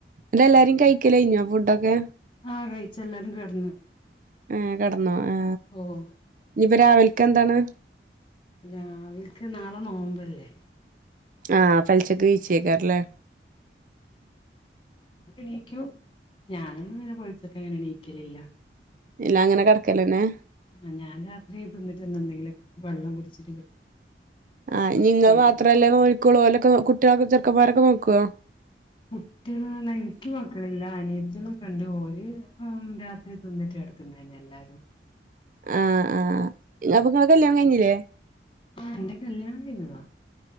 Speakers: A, on the right (about 45°); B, on the left (about 30°).
A: ഇതെല്ലാരും കഴിക്കലഴിഞ്ഞോ ഫുഡൊക്കെ.
B: ആഹഹ്‌ കഴിച്ചല്ലാരും കെടന്നു.
A: ആഏ കെടന്നു ആ
B: ഓഹ്
A: ഇനിപ്പോ രാവിലക്ക് എന്താണ്.
B: രാവിലക്ക് നാളെ നോമ്പല്ലേ.
A: ആ പെലച്ചക്ക് നീച്ചാക്കാരല്ലേ.
B: നീക്കും ഞാനൊന്നും ഇങ്ങനെ പെലച്ചക്ക് അങ്ങനെ എണീക്കലില്ല.
A: ഇല്ലാ അങ്ങനെ കെടകലെന്നെ
B: ആ ഞാൻ രാത്രി തിന്നിട്ടൊന്നുല്ല എന്തെങ്കിലും വെള്ളം കുടിച്ചിട്ട് കെടക്കും.
A: ആഹ് നിങ്ങൾ
B: പിന്നെ
A: മാത്രമല്ലേ നോൽക്കോളൂ ഓലൊക്കെ കുട്ടിയാളൊക്കെ ചെർക്കമാരൊക്കെ നോക്കുവോ.
B: കുട്ടിയാൾ എനിക്ക് മക്കളില്ല അനിയത്തിലോക്കെണ്ട് ഓൽ രാ തിന്നിട്ട് കെടക്ക്ന്നന്നെല്ലാരും.
A: ആഹ് ആഹ് അപ്പൊ നിങ്ങളെ കല്യാണം കഴിഞ്ഞില്ലേ
B: ആ എന്റെ കല്യാണം കഴിഞ്ഞതാ.